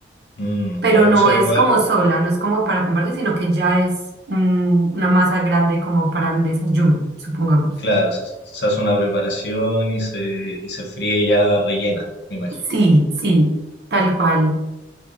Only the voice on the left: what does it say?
Mm,
ya,
o sea,
igual,
claro, se, se hace una preparación y se, y se fríe ya rellena, me imagino.